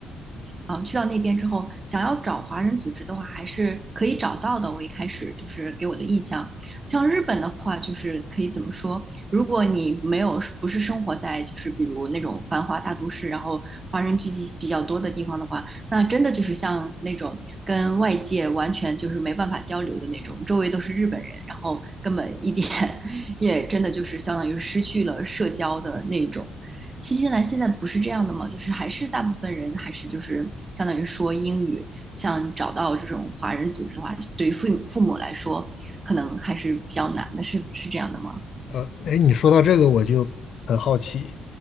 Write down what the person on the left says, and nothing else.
呃，哎，你说到这个我就很好奇，